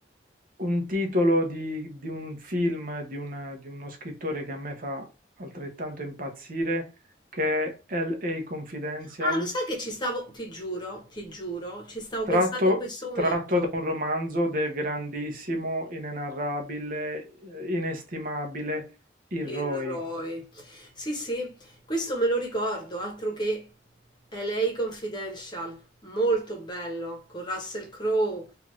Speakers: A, on the right (about 50°); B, on the left (about 25°).
A: un titolo di, di un film di, una- di uno scrittore che a me fa altrettanto impazzire, che è L.A. Confidential,
B: Ah, lo sai che ci stavo, ti giuro, ti giuro, ci stavo
A: tratto,
B: pensando in questo momento.
A: tratto da un romanzo del grandissimo, inenarrabile, eh, inestimabile Iroi.
B: Il Roy. Sì, sì, questo me lo ricordo, altro che LA Confidential, molto bello, con Russell Crowe.